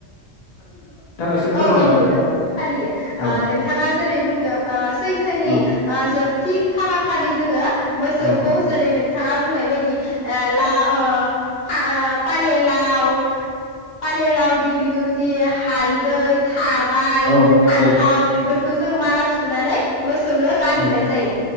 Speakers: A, on the left; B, on the left.
A: एसे फोरमायना
B: औ औ
A: होदो
B: नोंथां फालियो ओ
A: औ
B: नोंथाङा जेरै बुंदों ओ सैथोनि
A: औ
B: ओ जोबथि। कालार खालि जोङो मोसौखौ
A: औ
B: जेरै नोंथाङा बुंनाय बायदि ला ओ फा पानि लाव पानि लावदो लिगलुति हालदै थाराय
A: औ
B: फान्थाव
A: औ
B: बेफोरखौ जों माला सुनानै मोसौनो गानहोनाय
A: औ
B: जायो